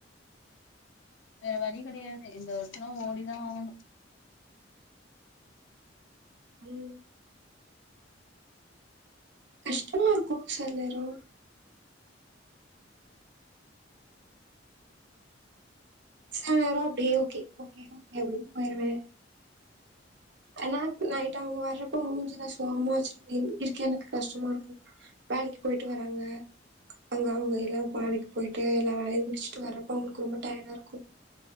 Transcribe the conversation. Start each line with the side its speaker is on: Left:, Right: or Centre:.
Left: வேற வழி கிடையாது இந்த வருஷல ஓடிதான் ஆவணும்
Right: ம் கஷ்டமா இருக்கும் சிலநேரம் சார அப்படியே ஓகே ஓகே ஓகே அப்டின்னு போயிருவேன் ஏனா நைட் அவங்க வர்றப்ப மூஞ்சில சோகமா வச்சு இருக்கே எனக்கு கஷ்டமா இருக்கும் வேலைக்கு போயிட்டு வராங்க அங்க அவங்க எல்லாம் வேலைக்கு போயிட்டு எல்லாம் வேலையையும் முடிச்சுட்டு வர்றப்ப அவங்களுக்கு ரொம்ப டயர்ட இருக்கும்